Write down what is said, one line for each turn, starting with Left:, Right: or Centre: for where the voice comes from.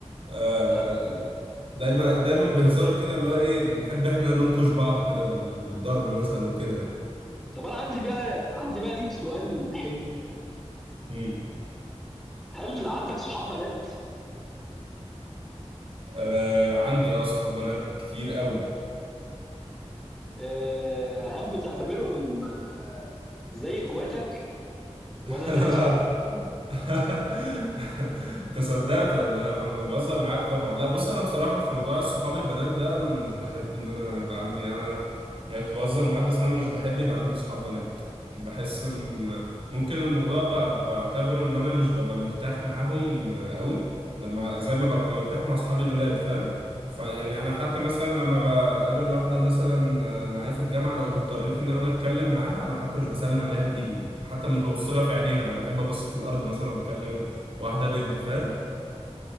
Right: آه،
Centre: اه
Right: دايما دايما بهزار كده اللي هو ايه بنحب احنا ننكش بعض كده بال- بالضرب مثلا وكده يعني
Centre: طب انا عندي بقى عندي بقى ليك سؤال حلو كده
Right: امم
Centre: هل عندك صحاب بنات
Right: آه عندي اه صحاب بنات كتير قوي
Centre: آه هل بتعتبرهم آه زي اخواتك
Right: <laughs>
Centre: ولا زي اصحابك
Right: <laughs> انت صدقت ولا ايه يا محمد انا بهزر معاك طبعا لا بص انا بصراحه في موضوع الصحاب البنات ده انا مش بحب ان انا يبقى عندي انا يعني كنت بهزر معاك بس انا مش بحب يبقى عندي صحاب بنات بحس إن- ممكن الموضوع ب- بعتبره ان انا مش ببقى مرتاح معاهم قوي لما زي ما ببقى مرتاح مع اصحابي الولاد فاهم فيعني
Centre: آه.
Right: انا حتى مثلا لما بقابل واحده مثلا آه، معايا في الجامعه لو اضطريت ان انا اتكلم معاها انا حتى مش بسلم عليها بايدي حتى مش ببص لها في عينيها انا بحب ابص في الارض مثلا لما بكلم واحده بنت فاهم